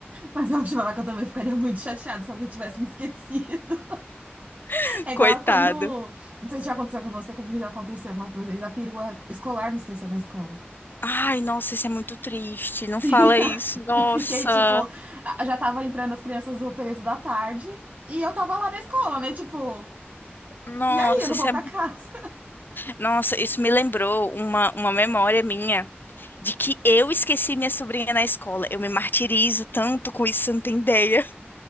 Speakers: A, on the right; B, on the left.
A: Mas eu acho que eu também ficaria muito chateada se alguém tivesse me esquecido.
B: <laughs>
A: É igual
B: Coitado.
A: quando. Não sei se já aconteceu com você, comigo já aconteceu uma vez. A perua escolar me esqueceu na escola.
B: Ai, nossa, isso é muito triste. Não fala
A: <laughs>
B: isso. Nossa.
A: E eu fiquei, tipo, a- já tava entrando as crianças do período da tarde e eu tava lá na escola, né? Tipo,
B: Nossa,
A: e aí, eu não
B: isso
A: vou
B: é...
A: pra casa.
B: Nossa, isso me lembrou uma, uma memória minha. de que eu esqueci minha sobrinha na escola. Eu me martirizo tanto com isso, você não tem ideia. <laughs>